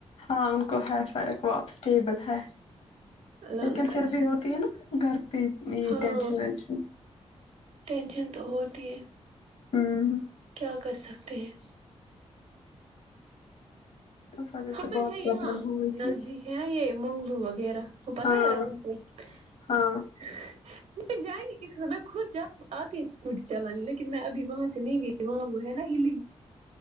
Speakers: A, on the left; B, on the right.
A: ہاں ان کو ہے فرق وہ اب اسٹیبل ہے
B: اللہ
A: لیکن
B: کو
A: پھر بھی ہوتی ہے نا گھر پہ یہ
B: ہاں
A: ٹینشن وینشن
B: ٹینشن تو ہوتی ہے
A: ہوں
B: کیا کر سکتے ہیں
A: اس وجہ سے
B: ہمیں
A: بہت
B: ہے یہاں
A: پرابلم ہو گئی تھی
B: نزدیک ہے نا یہ مگلو وغیرہ وہ پتا
A: ہاں
B: ہےیرا کو نہیں
A: ہاں
B: جائیں گی کس کے میں خود جا آتی اسکوٹی چلانانی لیکن میں ابھی وہاں سے نہیں گ وہاں وہ ہے نا ہلی